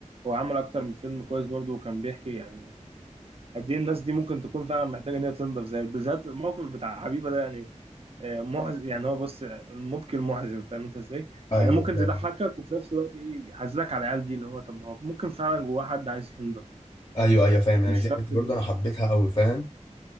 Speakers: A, on the right (about 50°); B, on the left (about 35°).
A: هو عمل أكتر من فيلم كويس برضه وكان بيحكي يعني قد إيه الناس دي ممكن تكون فعلا محتاجة إن هي تنضف زي بالذات الموقف بتاع حبيبة ده يعني آه، محزن يعني هو بص المبكي المحزن فاهم أنت إزاي؟
B: ايوه
A: يعني ممكن
B: فاهم
A: تضحكك وفي نفس الوقت إيه يحزنك على العيال دي اللي هو طب ما هو ممكن فعلا جواه حد عايز ينضف
B: ايوه ايوه فاهم يعني
A: مش
B: دي
A: شرط
B: حته
A: إن
B: برضه انا حبيتها قوي فاهم